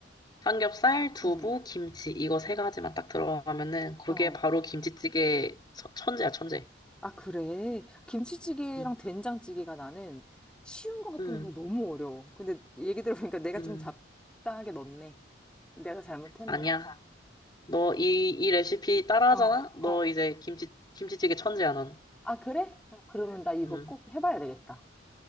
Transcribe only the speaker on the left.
삼겹살, 두부,
김치 이거 세 가지만 딱 들어가면은 그게
바로 김치찌개 서- 천재야 천재.
음,
음,
음.
아니야. 너 이 이 레시피 따라하잖아?
너
이제 김치 김치찌개 천재야 넌.
음,